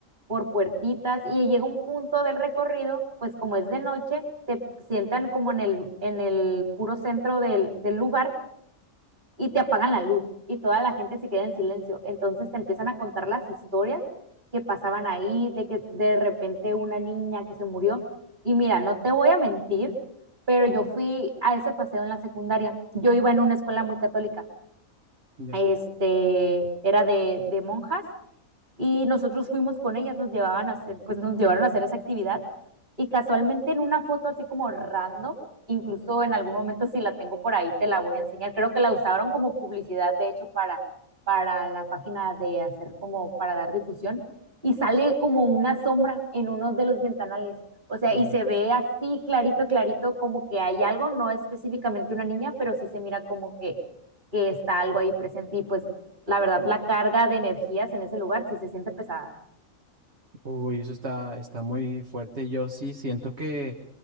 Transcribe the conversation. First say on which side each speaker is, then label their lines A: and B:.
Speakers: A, on the right; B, on the right.
A: por puertitas y llega un punto del recorrido, pues como es de noche, te sientan como en el, en el puro centro del, del lugar y te apagan la luz y toda la gente se queda en silencio. Entonces te empiezan a contar las historias que pasaban ahí, de que de repente una niña que se murió. Y mira, no te voy a mentir, pero yo fui a ese paseo en la secundaria. Yo iba en una escuela muy católica,
B: Ya.
A: este, era de, de monjas y nosotros fuimos con ellas, nos llevaban a hacer, pues nos llevaron a hacer esa actividad y casualmente en una foto así como random, incluso en algún momento si la tengo por ahí te la voy a enseñar, creo que la usaron como publicidad de hecho para, para la página de hacer como para dar difusión y sale como una sombra en uno de los ventanales. O sea,
B: Uy,
A: y se ve así clarito, clarito, como que hay algo, no específicamente una niña, pero sí se mira como que, que está algo ahí presente. Y pues la verdad, la carga de energías en ese lugar sí se siente pesada.
B: Uy, eso está, está muy fuerte. Yo sí siento que